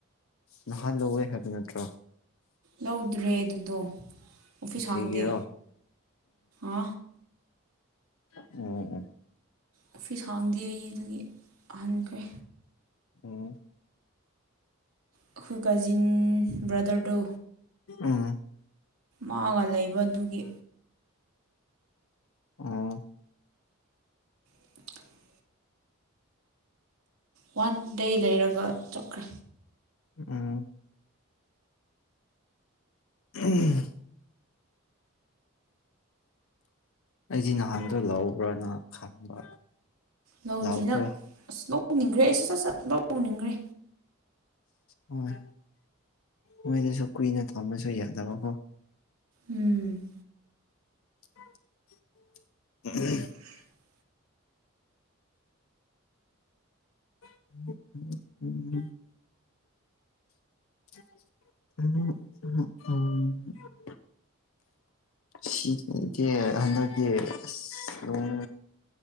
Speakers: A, on the left; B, on the right.
A: ꯅꯍꯥꯟ ꯂꯧꯋꯦ ꯍꯥꯏꯕ ꯅꯠꯇ꯭ꯔꯣ꯫
B: ꯂꯧꯗ꯭ꯔꯦ ꯑꯗꯨꯗꯣ ꯑꯣꯐꯤꯁ
A: ꯀꯦꯒꯤꯔꯣ
B: ꯍꯥꯡꯗꯦ ꯑ꯫
A: ꯑꯣ ꯑꯣ꯫
B: ꯑꯣꯐꯤꯁ ꯍꯥꯡꯗꯦ ꯑꯗꯨꯒꯤ ꯍꯟꯈ꯭ꯔꯦ꯫
A: ꯑꯣ꯫
B: ꯑꯩꯈꯣꯏ ꯀꯖꯤꯟ ꯕ꯭ꯔꯗꯔꯗꯣ꯫
A: ꯎꯝ
B: ꯃꯥꯒ ꯂꯩꯕ ꯑꯗꯨꯒꯤ꯫
A: ꯑꯣ꯫
B: <inaudible> ꯋꯥꯟ ꯗꯦ ꯂꯩꯔꯒ ꯆꯠꯀꯦ꯫
A: ꯎꯝ꯫ <unintelligible> ꯑꯩꯗꯤ ꯅꯍꯥꯟꯗꯣ ꯂꯧꯕ꯭ꯔꯅ ꯈꯟꯕ꯫
B: ꯂꯧꯗ꯭ꯔꯤꯗ
A: ꯂꯧꯈ꯭ꯔꯦ
B: ꯑꯁ ꯂꯧꯅꯤꯡꯈ꯭ꯔꯦ ꯑꯩ ꯁꯠ ꯁꯠ ꯁꯠ ꯂꯧꯅꯤꯡꯈ꯭ꯔꯦ꯫
A: ꯑꯁ ꯍꯣꯏ ꯃꯣꯏꯗꯁꯨ ꯀꯨꯏꯅ ꯊꯝꯕꯁꯨ ꯌꯥꯗꯕꯀꯣ꯫
B: ꯎꯝ꯫
A: <unintelligible>
B: <unintelligible>
A: <unintelligible> <inaudible> <unintelligible> <unintelligible> ꯁꯤꯗꯤ ꯍꯟꯗꯛꯇꯤ ꯑꯁ ꯅꯣꯡ